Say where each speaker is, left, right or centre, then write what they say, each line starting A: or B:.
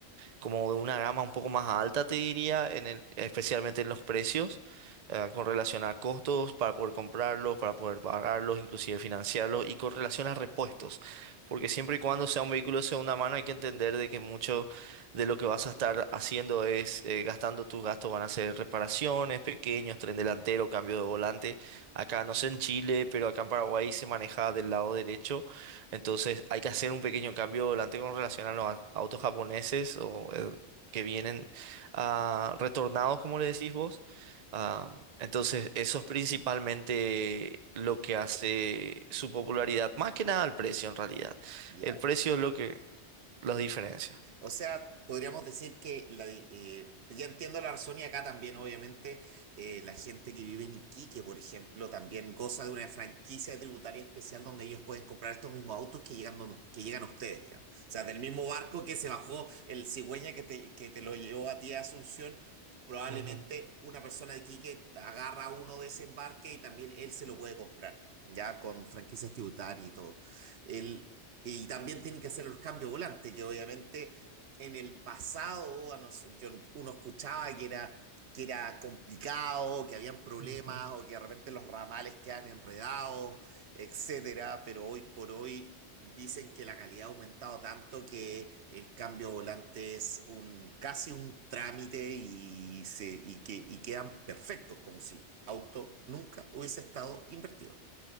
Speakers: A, on the right; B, on the right.
A: como de una gama un poco más alta, te diría, en el- especialmente en los precios, eh, con relación a costos para poder comprarlos, para poder pagarlos, inclusive financiarlos, y con relación a repuestos. Porque siempre y cuando sea un vehículo de segunda mano, hay que entender de que mucho de lo que vas a estar haciendo es eh, gastando tus gastos, van a ser reparaciones, pequeños, tren delantero, cambio de volante. Acá, no sé en Chile, pero acá en Paraguay se maneja del lado derecho entonces hay que hacer un pequeño cambio volante con relación a los a- autos japoneses o eh, que vienen ah, retornados, como le decís vos. Ah, entonces eso es principalmente lo que hace su popularidad, más que nada el precio en realidad.
B: Ya.
A: El precio es lo que los diferencia.
B: O sea, podríamos decir que la, eh, ya entiendo la razón y acá también, obviamente, eh, la gente que vive en Iquique, por ejemplo, también goza de una franquicia tributaria especial donde ellos pueden comprar estos mismos autos que llegan, don- que llegan a ustedes, digamos. O sea, del mismo barco que se bajó el cigüeña que te, que te lo llevó a ti a Asunción. Probablemente
A: Ujú,
B: una persona de Iquique agarra uno de ese embarque y también él se lo puede comprar, ya con franquicias tributarias y todo. El, y también tienen que hacer los cambios volantes, que obviamente en el pasado a nos- yo- uno escuchaba que era, que era complicado, que habían problemas
A: ujú.
B: o que de repente los ramales quedan enredados, etcétera, pero hoy por hoy dicen que la calidad ha aumentado tanto que el cambio volante es un, casi un trámite y, se, y, que, y quedan perfectos, como si auto nunca hubiese estado invertido.